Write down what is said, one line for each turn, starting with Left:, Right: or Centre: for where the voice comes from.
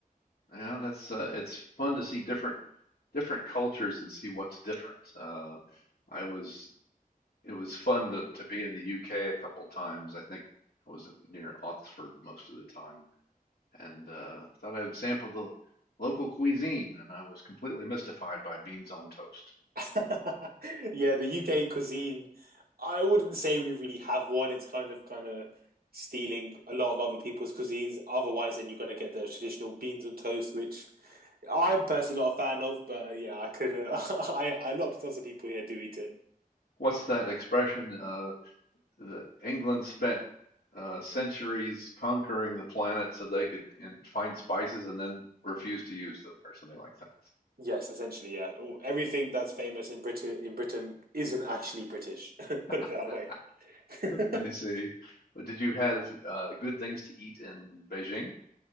Left: Yeah, that's uh, it's fun to see different different cultures and see what's different. Uh, I was it was fun to to be in the UK a couple times. I think I was near Oxford most of the time, and uh, thought I would sample the local cuisine, and I was completely mystified by beans on toast.
Right: <laughs> Yeah, the UK cuisine, I wouldn't say we really have one. It's kind of kind of stealing a lot of other people's cuisines. Otherwise, then you're going to get the traditional beans and toast, which I'm personally not a fan of. But uh, yeah, I could. Uh, <laughs> I, I lots lots of people here do eat it.
Left: What's that expression? Uh, the England spent uh, centuries conquering the planet so they could and find spices and then refuse to use them, or something like that.
Right: Yes, essentially, yeah. All- Everything that's famous in Britain in Britain isn't actually British. <laughs> Put
Left: <laughs>
Right: it that way. <laughs>
Left: I see. But did you have uh, good things to eat in Beijing?